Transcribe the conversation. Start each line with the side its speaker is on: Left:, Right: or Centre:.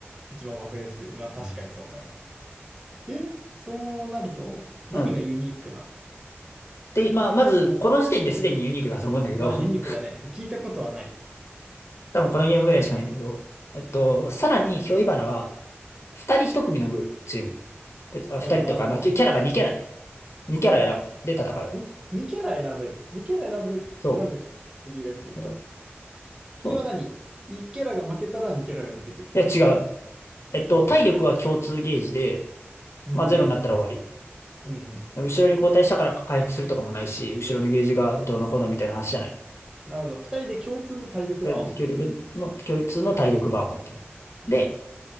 Right: 一番わかりやすい。まあ、確かにそうだね。
Left: うん。
Right: で、そうなると、何がユニークなの
Left: うん。で、まあ、まず、この時点ですでにユニークだと思うんだけど
Right: まあ、
Left: <laughs>
Right: ユニークだね。聞いたことはない。
Left: 多分このゲームぐらいしかないんだけど、えっと、
Right: <laughs> うん。
Left: さらに、ヒョイバナは、二人一組のグチーム。であ、
Right: おう、
Left: 二人とか、
Right: なるほど。
Left: あの、キャキャラが二キャラね。二キャラ選ぶ。
Right: 2キャラ。
Left: で、戦う。
Right: に2キャラ選べる。2キャラ選ぶ、
Left: そ
Right: 選んで格ゲーができると。
Left: う。あと
Right: それは何
Left: そう。
Right: ?1 キャラが負けたら2キャラが出てくるって感じなの
Left: いや、違う。えっと、
Right: おうおう。
Left: 体力は共通ゲージで、
Right: うんうん。
Left: まあ、ゼロになったら終わり。
Right: うんうん。
Left: 後ろに後退したから回復するとかもないし、後ろのゲージがどうのこうのみたいな話じゃない。
Right: なるほど。2人で共通の体力バーを持つ。
Left: で強力の、強烈の体力バーを持ってる。
Right: うん
Left: で、